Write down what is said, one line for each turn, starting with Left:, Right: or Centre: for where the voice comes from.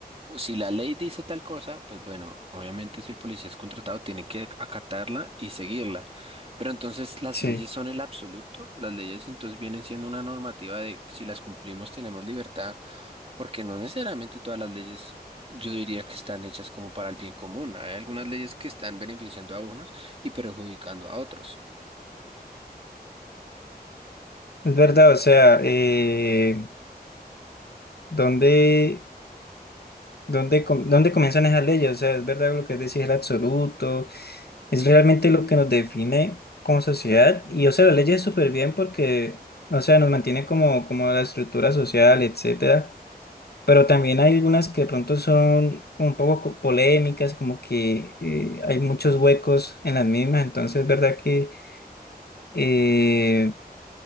Right: Si la ley dice tal cosa, pues bueno, obviamente si el policía es contratado tiene que acatarla y seguirla. Pero entonces las
Left: sí,
Right: leyes son el absoluto, las leyes entonces vienen siendo una normativa de si las cumplimos tenemos libertad, porque no necesariamente todas las leyes yo diría que están hechas como para el bien común. Hay algunas leyes que están beneficiando a unos y perjudicando a otros.
Left: es verdad, o sea, eh, ¿dónde... ¿Dónde, com- dónde comienzan esas leyes? O sea, es verdad lo que decís, el absoluto, es realmente lo que nos define como sociedad. Y, o sea, las leyes súper bien porque, o sea, nos mantienen como, como la estructura social, etcétera. Pero también hay algunas que de pronto son un poco co- polémicas, como que eh, hay muchos huecos en las mismas. Entonces, es verdad que eh,